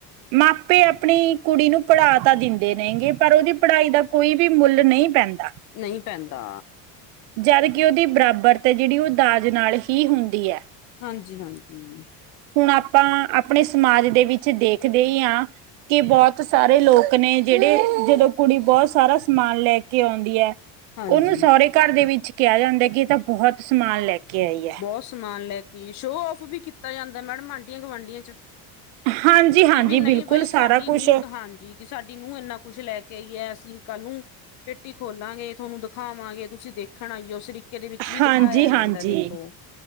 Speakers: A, on the right; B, on the left.
A: ਮਾਪੇ ਆਪਣੀ ਕੁੜੀ ਨੂੰ ਪੜ੍ਹਾ ਤਾਂ ਦਿੰਦੇ ਨੇਗੇ ਪਰ ਉਹਦੀ ਪੜ੍ਹਾਈ ਦਾ ਕੋਈ ਵੀ ਮੁੱਲ ਨਹੀਂ ਪੈਂਦਾ
B: ਨਹੀਂ ਪੈਂਦਾ
A: ਜਦ ਕਿ ਉਹਦੀ ਬਰਾਬਰਤ ਹੈ ਜਿਹੜੀ ਉਹ ਦਾਜ ਨਾਲ ਹੀ ਹੁੰਦੀ ਹੈ
B: ਹਾਂਜੀ ਹਾਂਜੀ
A: ਹੁਣ ਆਪਾਂ ਆਪਣੇ ਸਮਾਜ ਦੇ ਵਿੱਚ ਦੇਖਦੇ ਹੀ ਹਾਂ ਕਿ ਬਹੁਤ ਸਾਰੇ ਲੋਕ ਨੇ ਜਿਹੜੇ ਜਦੋਂ ਕੁੜੀ ਬਹੁਤ ਸਾਰਾ ਸਮਾਨ ਲੈ ਕੇ ਆਉਂਦੀ ਹੈ
B: ਹਾਂਜੀ
A: ਉਹਨੂੰ ਸਹੁਰੇ ਘਰ ਦੇ ਵਿੱਚ ਕਿਹਾ ਜਾਂਦਾ ਕਿ ਇਹ ਤਾਂ ਬਹੁਤ ਸਮਾਨ ਲੈ ਕੇ ਆਈ ਹੈ
B: ਬਹੁਤ ਸਮਾਨ ਲੈ ਕੇ ਸ਼ੋਅ ਆਫ ਵੀ ਕੀਤਾ ਜਾਂਦਾ ਮੈਡਮ ਆਂਢੀਆਂ ਗੁਆਂਢੀਆਂ ਚ
A: ਹਾਂਜੀ ਹਾਂਜੀ
B: ਕਿ ਵੀ ਨਹੀਂ
A: ਬਿਲਕੁਲ
B: ਬਈ
A: ਸਾਰਾ
B: ਸਾਡੀ
A: ਕੁਛ
B: ਨੂੰਹ ਤਾਂ ਹਾਂਜੀ ਕਿ ਸਾਡੀ ਨੂੰਹ ਇੰਨਾ ਕੁਛ ਲੈ ਕੇ ਕਹੀ ਹੈ ਅਸੀਂ ਕੱਲ ਨੂੰ ਪੇਟੀ ਖੋਲਾਂਗੇ ਤੁਹਾਨੂੰ ਦਿਖਾਵਾਂਗੇ ਤੁਸੀਂ ਦੇਖਣ ਆਈਓ ਉਸ ਤਰੀਕੇ ਦੇ ਵਿੱਚ ਵੀ
A: ਹਾਂਜੀ
B: ਦਿਖਾਇਆ
A: ਹਾਂਜੀ
B: ਜਾਂਦਾ ਦੇਖ ਖੋ